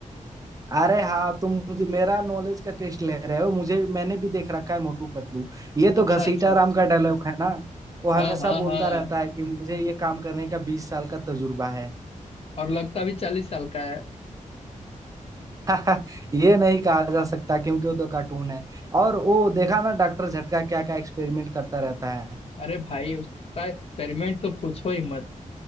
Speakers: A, on the right; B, on the left.
A: अरे हाँ तुम मुझे मेरा नॉलेज का टेस्ट ले रहे हो मुझे मैंने भी देख रखा है मोटू पतलू ये तो
B: अच्छा
A: घसीटा
B: अच्छा
A: राम का डायलॉग है ना वो हमेशा
B: हाँ हाँ
A: बोलता
B: हाँ
A: रहता है कि मुझे ये काम करने का बीस साल का तजुर्बा है
B: और लगता भी चालीस साल का है
A: <laughs> ये नहीं कहा जा सकता क्योंकि वो तो कार्टून है और वो देखा ना डॉक्टर झटका क्या क्या एक्सपेरिमेंट करता रहता है
B: अरे भाई उसका एक्सपेरिमेंट तो पूछो ही मत